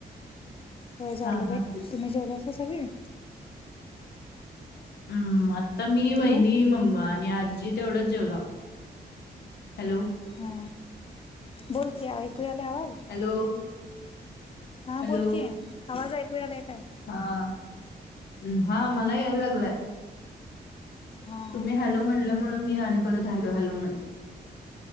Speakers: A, on the left; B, on the left.
A: होय झालं
B: हा हा
A: बाई.. तुम्ही जेवलासा सगळे..
B: हम्म आता मी
A: हॅलो
B: बहिणी मम्मा आणि आजी. तेवढंच जेवला हॅलो..
A: हा बोल की एकूयाले आवाज..
B: हॅलो..
A: हा
B: हॅलो
A: बोलकी आवाज ऐकू आलाय काय..
B: हा हा मला यायला लागलंय..
A: हा
B: तुम्ही
A: हा.
B: हॅलो म्हणल्यामुळ मी आणि परत हॅलो हॅलो म्हणतो..